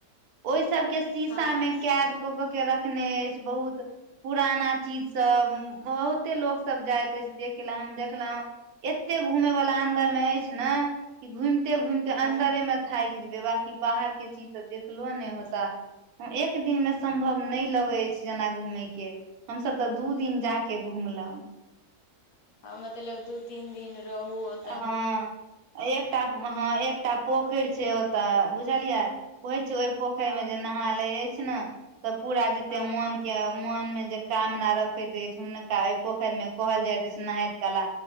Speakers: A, on the right; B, on the left.
A: ओहि सब के शीसा
B: हँ हँ
A: मे
B: सुनऽ
A: कैद क
B: चाही
A: के रखने खने अछि बहुत पुराना चीज सब बहुते लोक सब जाइत अछि देखैले हम देखलौ एते घूमे वालला अन्दर में अछि ने कि घुमिते घुमते
B: हँ
A: अंन्दरे मे थाकि जेबै बाकि बाहर के चीज तऽ देखलो नय होता एक दिन मे सम्भव
B: हँ
A: नय लगे अछि जेना घूमे के हमसब तऽ दू दिन जाक घुमलौ
B: आ मतलब दू तीन दिन रहू ओ
A: हँ एकटा हँ एकटा पोखरि छै ओतऽ बुझलियै कहै छै ओहि पोखरि
B: हँ
A: मे जे नहा लै अछि ने तऽ पूरा जेते
B: हँ
A: मोन के मोन मे जे कामना रखति अछि हुनका एहि पोखरि मे कहल जाइत अछि नहाइत कला